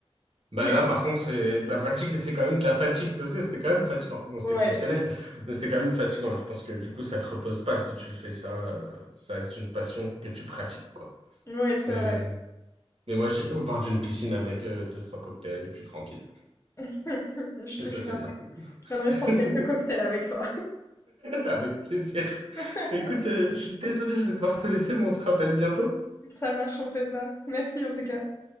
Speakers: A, on the right (about 70°); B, on the left (about 25°).
A: bah
B: <laughs>
A: là, par contre, c'est de la pratique et c'est quand même de la fatigue, parce que c'était quand même fatigant. Bon, c'était
B: Ouais,
A: exceptionnel, mais c'était quand même fatigant. Je pense que du coup, ça te repose pas si tu fais ça. euh, Ça reste une passion que tu pratiques, quoi.
B: ouais, c'est
A: Mais,
B: vrai.
A: mais moi, j'ai au bord d'une piscine avec euh, deux, trois cocktails et puis tranquille.
B: <laughs> Je, te-
A: Ça,
B: je
A: c'est
B: viendrai,
A: bien.
B: je viendrai
A: <laughs>
B: prendre quelques cocktails avec toi.
A: Avec plaisir.
B: <laughs>
A: Écoute, euh, je suis désolé, je vais devoir te laisser, mais on se rappelle bientôt.
B: Ça marche, on fait ça. Merci en tout cas.